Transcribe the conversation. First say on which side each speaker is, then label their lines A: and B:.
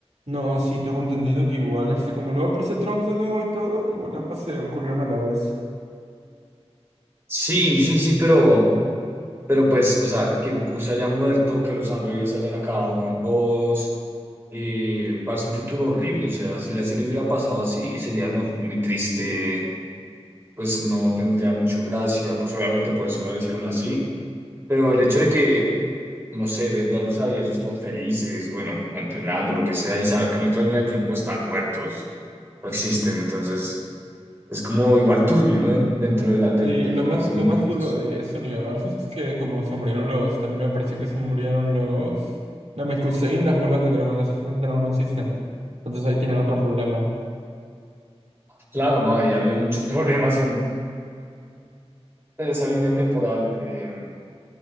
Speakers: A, on the right; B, on the right.
A: No, sí, tengo entendido que igual, este, como luego aparece Trunks de nuevo y todo, igual ambas se ocurrieron a la vez.
B: Sí, sí, sí, pero, pero pues, o sea, que Goku se haya muerto, que los androides hayan acabado con todos, eh, parece un futuro horrible. O sea, si la serie hubiera pasado así, sería muy, muy triste, pues no tendría mucho gracia, pues obviamente por eso no la hicieron así. Pero el hecho de que no sé, ver, verlos a ellos todos felices, bueno, entrenando, lo que sea, y saber que en otra línea del tiempo están muertos, no existen, entonces es como igual turbio, ¿no? Den- Dentro de, la, de,
A: Sí,
B: de
A: lo
B: lo
A: más,
B: que son
A: lo
B: los
A: más
B: muertos.
A: duro de ese universo es que como se murieron los, también me parece que se murieron los Namekusein, las bolas de dragón, las esferas de dragón no existen. Entonces ahí tienen otro problema.
B: Claro, no, ahí había muchos <laughs> problemas en, en esa línea temporal, eh,